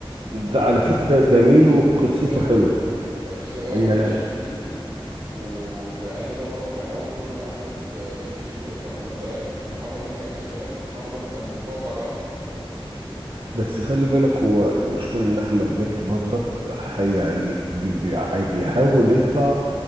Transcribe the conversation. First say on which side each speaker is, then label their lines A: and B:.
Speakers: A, on the right (about 70°); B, on the right (about 55°).
A: ده
B: عن مثلا
A: على فكرة
B: أحمد مكي
A: جميل
B: لما عمل
A: وقصته
B: مسلسل غاوي
A: حلوة
B: يعني مسلسل غاوي
A: يعني
B: ما كانش جديد و... ويعني ده برضو كان أول دور لأحمد مكي في كمسلسلات ومحمد ممدوح كان نفس الكلام بس محمد ممدوح كان متفوق عليه أكتر
A: بس خلي بالك هو المشكلة ان احمد مكي برضك حي- يعني بي- بي- بيحاول يطلع